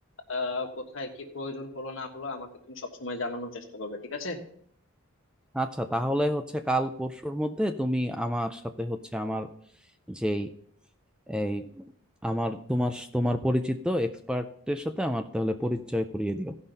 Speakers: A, on the left; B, in the centre.
A: আহ কোথায় কি প্রয়োজন হলো না হলো আমাকে তুমি সবসময় জানানোর চেষ্টা করবে ঠিক আছে
B: আচ্ছা তাহলে হচ্ছে কাল পরশুর মধ্যে তুমি আমার সাথে হচ্ছে আমার যেই এই আমার তোমার তোমার পরিচিত এক্সপার্টের সাথে আমার তাহলে পরিচয় করিয়ে দিও